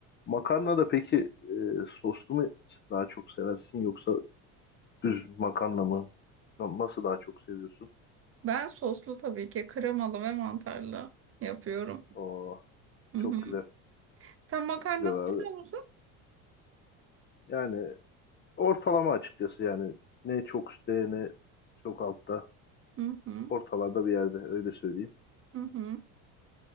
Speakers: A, on the left; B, on the right.
A: Makarna da peki e, soslu mu daha çok seversin yoksa düz makarna mı? Na- Nasıl daha çok seviyorsun?
B: Ben soslu tabii ki kremalı ve mantarlı yapıyorum.
A: Oo,
B: Hı
A: çok
B: hı.
A: güzel.
B: Sen makarna
A: Çok güzel abi.
B: seviyor musun?
A: Yani ortalama açıkçası yani ne çok üstte ne çok altta.
B: Hı hı.
A: Ortalarda bir yerde öyle söyleyeyim.
B: Hı hı.